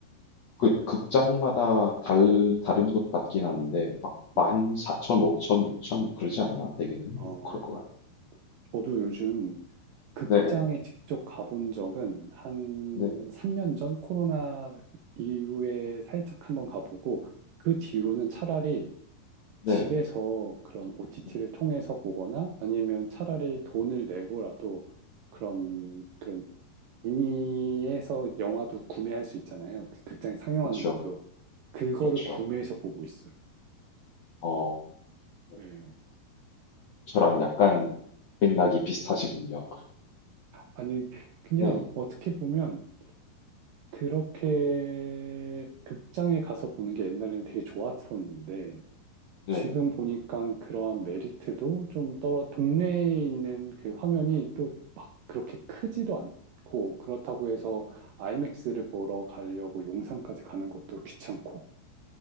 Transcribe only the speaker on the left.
그 극장마다 달 다른 것 같긴 한데 막
만, 사천, 오천, 육천 뭐 그러지 않나? 대개는
그럴 것 같네.
네네.
네네.
네네.
음,
음,
음.
그렇죠.
그렇죠.
어. 네.
저랑 약간 맥락이 비슷하시군요.
네,
네.